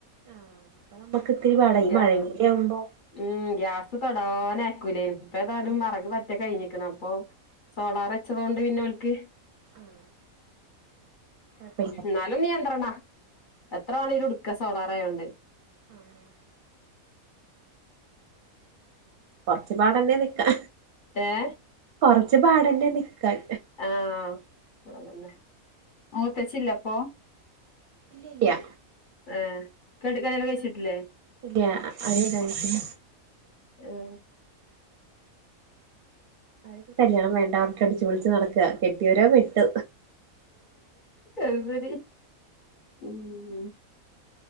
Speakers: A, on the right (about 55°); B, on the left (about 40°).
A: ആഹ് അപ്പൊ നമ്മുക്ക് ഇത്തിരി പാട ഈ
B: ഗ്യാസ്
A: മഴങ്ങുടെ ആവുമ്പോ
B: ഉം ഗ്യാസ് തൊടാന് ആക്കൂലേ ഇപ്പം ഏതായാലും
A: ആഹ്
B: വെറക് പറ്റേ കഴിഞ്ഞിക്കണ അപ്പൊ സോളാർ വെച്ചതൊണ്ട് പിന്നെ ഓല്ക്ക്
A: ആഹ് കൊഴപ്പല്ല
B: എന്നാലും നിയന്ത്രണ എത്ര വണെങ്കും ഇടുക്ക സോളാറായൊണ്ട്
A: അഹ് കൊറച്ചു പാടന്നെ നിക്കാ
B: ഏഹ്
A: കൊറച്ച് പാടന്നെ നിക്കാൻ
B: ആഹ് അതന്നെ മൂത്തച്ചില്ല അപ്പൊ
A: ഇല്ല്യല്ല
B: ഏഹ് കെട്ടി കല്യാണം കഴിച്ചിട്ടില്ലേ
A: ഇല്ല അത് തായിട്ടില്ല
B: ഉം
A: അതൊക്കെ കല്യാണം വേണ്ട അവട്ട് അടിച്ച് പൊളിച്ച് നടക്കുക കെട്ടിയവരോ വെട്ട്
B: അയ്ശരി ഉം